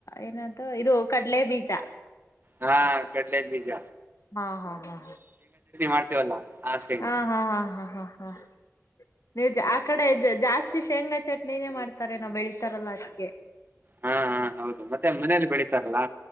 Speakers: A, on the left; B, on the right.
A: ಏನ್ ಅದೂ ಇದು ಕಡ್ಲೆ ಬೀಜ
B: ಹಾ ಕಡ್ಲೆಬೀಜ
A: ಹಾ ಹಾ ಹಾ
B: ಮಾಡ್ತೀವಲ್ಲ ಆ ಶೇಂಗಾ
A: ಹ ಹಾ ಹಾ ಹಾ ಹಾ ಹಾ ಹಾ <inaudible> ನೀವ್ ಆ ಕಡೆ ಜಾಸ್ತಿ ಶೇಂಗಾ ಚಟ್ನಿನೇ ಮಾಡ್ತಾರೆ ಏನು ಬೆಳಿತಾರಲ್ಲಾ ಅದಕೆ.
B: ಹಾ ಹಾ ಹೌದು ಮತ್ತೆ ಮನೇೆಯಲ್ಲಿ ಬೆಳಿತಾರಲ್ಲ